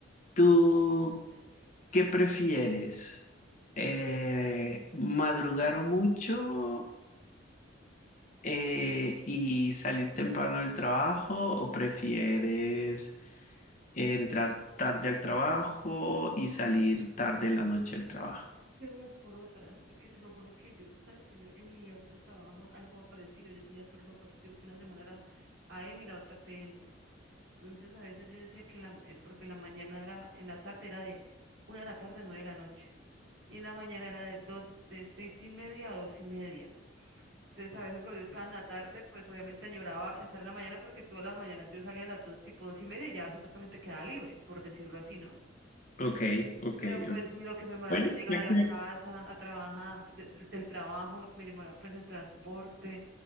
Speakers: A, on the left (about 40°); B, on the right (about 65°).
A: ¿tú
B: van.
A: qué prefieres? Eh, ¿madrugar mucho eh, y salir temprano del trabajo o prefieres entrar tarde al trabajo y salir tarde en la noche del trabajo?
B: de unas por otras, porque te lo juro que yo, sabes que yo en mi otro trabajo, algo parecido, yo tenía turno partido, que una semana era a m y la otra p m Entonces a veces yo decía que la, el- porque en la mañana era, en la tarde era de una de la tarde a nueve de la noche, y en la mañana era de dos, de seis y media a dos y media. Entonces a veces cuando yo estaba en la tarde, pues obviamente añoraba estar en la mañana porque tú a la mañana yo salía a las dos, tipo dos y media y ya supuestamente quedaba libre, por decirlo así, ¿no?
A: Ok, ok,
B: Pero pues
A: ok.
B: lo que me demoraba
A: Bueno,
B: yo en llegar
A: ya
B: a la
A: que
B: casa, a trabajar, de- de- del trabajo, lo que me demoraba pues en transporte,